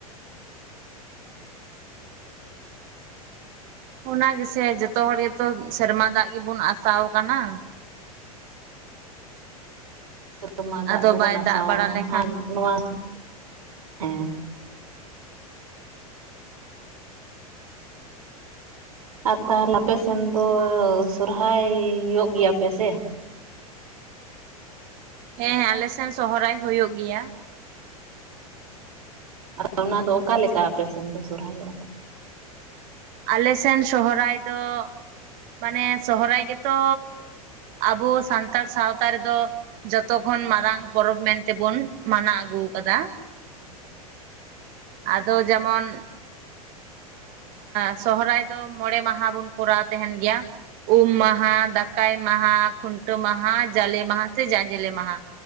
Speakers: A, on the right; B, on the right.
A: ᱚ ᱜᱮᱥᱮ ᱡᱚᱛᱚ ᱦᱚᱲ ᱜᱮᱛᱚ ᱥᱮᱨᱢᱟ ᱫᱟᱜ ᱜᱮᱵᱚᱱ ᱟᱥᱟᱣ ᱟᱠᱟᱱᱟ
B: ᱥᱮᱨᱢᱟ ᱫᱟᱜ
A: ᱟᱫᱚ
B: ᱜᱮᱵᱚᱱ
A: ᱵᱟᱭ
B: ᱟᱥᱟᱣᱱᱟ
A: ᱫᱟᱜ ᱵᱟᱲᱟ ᱞᱮᱠᱷᱟᱱ
B: ᱟᱨ ᱱᱚᱣᱟ ᱦᱮᱸ ᱟᱨ ᱛᱟᱦᱚᱞᱮ ᱟᱯᱮ ᱥᱮᱱ ᱫᱚ ᱥᱚᱨᱚᱨᱟ ᱭᱚᱜ ᱜᱮᱭᱟ ᱯᱮ ᱥᱮ
A: ᱦᱮᱸ ᱟᱞᱮ ᱥᱮᱱ ᱥᱚᱦᱚᱨᱟᱭ ᱦᱩᱭᱩᱜ ᱜᱮᱭᱟ
B: ᱟᱫᱚ ᱚᱱᱟ ᱫᱚ ᱚᱠᱟᱞᱮᱠᱟ ᱟᱯᱮ ᱥᱮᱱ ᱫᱚ ᱥᱚᱦᱚᱨᱟᱭᱚᱜᱼᱟ
A: ᱟᱞᱮ ᱥᱮᱱ ᱥᱚᱦᱨᱟᱭ ᱫᱚ ᱢᱟᱱᱮ ᱥᱚᱦᱨᱟᱭ ᱜᱮᱛᱚ ᱟᱵᱚ ᱥᱟᱱᱛᱟᱲ ᱥᱟᱶᱛᱟ ᱨᱮᱫᱚ ᱡᱚᱛᱚ ᱠᱷᱚᱱᱟᱝ ᱢᱟᱨᱟᱝ ᱯᱚᱨᱚᱵᱽ ᱢᱮᱱᱛᱮ ᱵᱚᱱ ᱢᱟᱱᱟᱣ ᱟᱹᱜᱩ ᱟᱠᱟᱫᱟ
B: ᱦᱮᱸ
A: ᱟᱫᱚ ᱡᱮᱢᱚᱱ ᱥᱚᱦᱚᱨᱟᱭ ᱫᱚ ᱢᱚᱬᱮ ᱢᱟᱦᱟ ᱵᱚᱱ ᱠᱚᱨᱟᱣ ᱛᱟᱦᱮᱱ ᱜᱮᱭᱟ ᱩᱢ ᱢᱟᱦᱟ ᱫᱟᱠᱟᱭ ᱢᱟᱦᱟ ᱠᱷᱩᱱᱴᱟᱹᱣ ᱢᱟᱦᱟ ᱡᱟᱞᱮ ᱢᱟᱦᱟ ᱥᱮ ᱡᱟᱸᱡᱮᱞᱮ ᱢᱟᱦᱟ